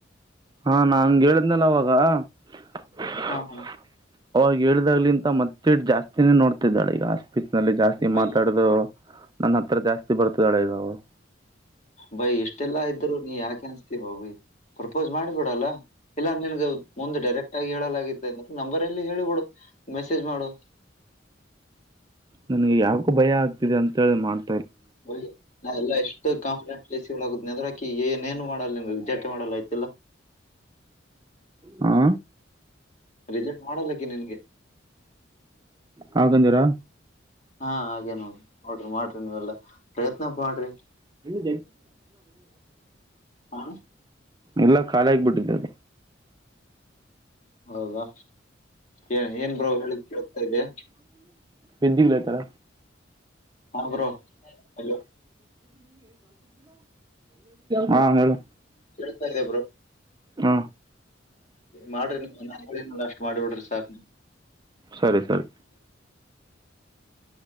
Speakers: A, on the right; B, on the left.
A: ಹಾ ನಾ ಅಂಗ್ ಹೇಳುದ್ನಲ್ಲ ಅವಾಗ --
B: ಹಾ ಹಾ
A: ಅವಾಗ ಹೇಳ್ದಾಗ್ಲಿಂತ ಮತ್ತೆ ಜಾಸ್ತಿನೇ ನೋಡ್ತಿದ್ದಾಳೆ ಈಗ. <inaudible> ನಲ್ಲಿ ಜಾಸ್ತಿ
B: ಬೈ
A: ಮಾತಾಡದು ನನ್ ಹತ್ರ ಜಾಸ್ತಿ ಬರ್ತಿದ್ದಾಳೆ ಈಗ ಅವಳು.
B: ಬೈ ಇಷ್ಟೆಲ್ಲಾ ಇದ್ರು ನೀ ಯಾಕ್ ಅಂಜ್ತಿ ಬೈ. ಪ್ರಪೋಸ್ ಮಾಡಿಬಿಡಲ್ಲ ಇಲ್ಲ ನಿ -- ಮುಂದ್ ಡೈರೆಕ್ಟ್ ಆಗಿ ಹೇಳಲಾಗ ಅಂದ್ರೆ ನಂಬರ್ ಎಲ್ಲಿ ಹೇಳ್ಬಿಡು ಮೆಸೇಜ್ ಮಾಡು.
A: ನನ್ಗೆ ಯಾಕು ಭಯ ಆಗ್ತಿದೆ ಅಂತೇಳಿ ಮಾಡ್
B: <unintelligible> ನಾ ಎಲ್ಲ ಎಷ್ಟು <unintelligible> ಅಕಿ ಏನೇನು ಮಾಡಲ್ಲ ರಿಜೆಟ್ ಮಾಡಲ್ಲ ಆಯ್ತಿಲ್ಲ.
A: ಹ್ಮ
B: ರಿಜೆಕ್ಟ್ ಮಾಡಲ್ಲಕ್ಕಿ ನಿನ್ಗೆ.
A: <inaudible> ಹಾಗಂದಿರ.
B: ಹಾ ಹಾಗೆ ನೋಡ್ರಿ ನೋಡ್ರಿ ಮಾಡ್ರಿ ನೀವೆಲ್ಲಾ ಪ್ರಯತ್ನ ಮಾಡ್ರಿ.
A: <unintelligible> <unintelligible>
B: ಹಾ
A: ಎಲ್ಲ ಖಾಲಿ ಆಗ್ಬಿಟ್ಟಿದೆ
B: ಹೌದಾ ಏ ಏನ್ ಬೋ ಹೇಳಿದ್ ಕೆಳ್ತ ಇದೆ.
A: ಬಿದ್ದಿಗ್ಲೈತಲ್ಲ
B: ಹಾ ಬ್ರೋ ಹಲೋ
A: ಹಾ ಹೇಳು.
B: ಕೇಳ್ತಾ ಇದೆ ಬ್ರೋ.
A: ಹಾ.
B: ಮಾಡ್ರಿ ನೀ ಅಷ್ಟ್ ಮಾಡ್ಬ ಬಿಡ್ರಿ ಸಾಕ್ ನೀ.
A: ಸರಿ ಸರಿ.